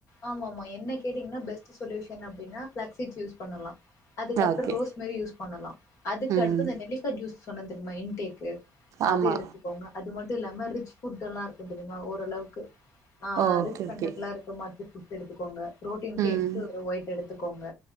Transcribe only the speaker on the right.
ஓகே
ம்
ஆமா
ஓகே
ஓகே
ம்